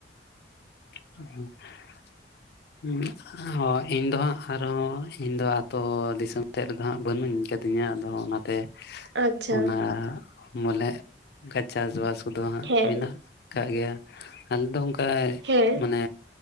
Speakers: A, on the left; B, on the right.
A: <unintelligible> ᱟ ᱦᱚ ᱤᱧ ᱫᱚ ᱦᱟᱸᱜ ᱟᱨᱦᱚᱸ ᱤᱧᱫᱚ ᱟᱛᱳ ᱫᱤᱥᱚᱢ ᱥᱮᱫ ᱨᱮᱫᱚ ᱦᱟᱸᱜ ᱵᱟᱹᱱᱩᱧ ᱠᱟᱹᱫᱤᱧᱟ ᱟᱫᱚ ᱚᱱᱟ ᱛᱮ
B: ᱟᱪᱪᱷᱟ
A: ᱚᱱᱟ ᱵᱚᱞᱮ ᱚᱱᱠᱟ ᱪᱟᱥᱵᱟᱥ ᱠᱚᱫᱚ ᱦᱟᱸᱜ
B: ᱦᱮᱸ
A: ᱢᱮᱱᱟᱜ ᱠᱟᱜ ᱜᱮᱭᱟ᱾ ᱟᱞᱮ ᱫᱚ ᱚᱱᱠᱟ
B: ᱦᱮᱸ
A: ᱢᱟᱱᱮ